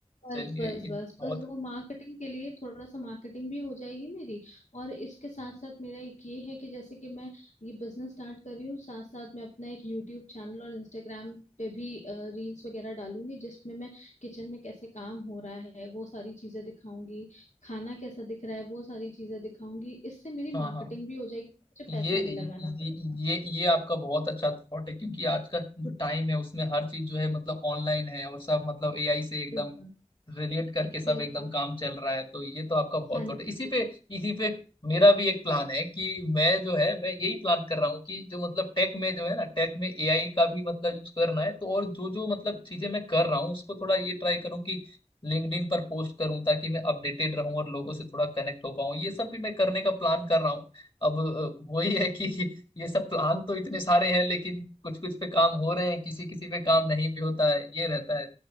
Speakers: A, on the left; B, on the left.
A: बस
B: चलिए
A: बस
B: ये
A: बस
B: बहुत
A: बस वो मार्केटिंग के लिए थोड़ा सा मार्केटिंग भी हो जाएगी मेरी और इसके साथ साथ मेरा एक ये है कि जैसे कि मैं ये बिजनेस स्टार्ट कर रही हूँ साथ साथ मैं अपना एक यूट्यूब चैनल और इंस्टाग्राम पे भी रील्स वगैरह डालूंगी जिसमें मैं किचन में कैसे काम हो रहा है वो सारी चीजें दिखाऊंगी खाना कैसा दिख रहा है वो सारी चीजें दिखाऊंगी इससे मेरी
B: हाँ
A: मार्केटिंग
B: हाँ
A: भी हो जाएगी मुझे
B: ये
A: पैसा नहीं
B: ये
A: लगाना पड़ेगा
B: ये ये आपका बहुत अच्छा थॉट है क्योंकि आज का जो टाइम है उसमें हर चीज जो है मतलब ऑनलाइन है और सब मतलब एआई से एकदम
A: बिल्कुल
B: रिलेट करके सब
A: बिल्कुल
B: एकदम काम चल रहा है तो ये तो आपका बहुत
A: हाँ
B: थॉट है इसी
A: जी
B: पे इसी पे मेरा भी एक प्लान है कि मैं जो है मैं यही प्लान कर रहा हूँ कि जो मतलब टेक में जो है ना टेक में एआई का भी मतलब यूज करना है तो और जो जो मतलब चीजें मैं कर रहा हूँ उसको थोड़ा ये ट्राई करूँ कि लिंक्डइन पर पोस्ट करूँ ताकि मैं अपडेटेड रहूँ और लोगों से थोड़ा कनेक्ट हो पाऊँ ये सब भी मैं करने का प्लान कर रहा हूँ अब अ, वही है कि ये सब प्लान तो इतने सारे हैं लेकिन कुछ कुछ पे काम हो रहे हैं किसी किसी पे काम नहीं भी होता है ये रहता है